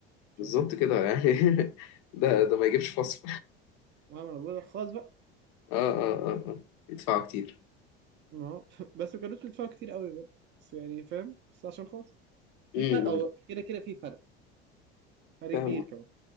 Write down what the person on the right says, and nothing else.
كده
حاجة
المهم انا بقول الخاص بقى
ما هو <laughs> بس ما كانوش بيدفعوا كتير قوي برضه بس يعني فاهم بس عشان خاص في
فرق او كده كده في فرق فرق
كبير كمان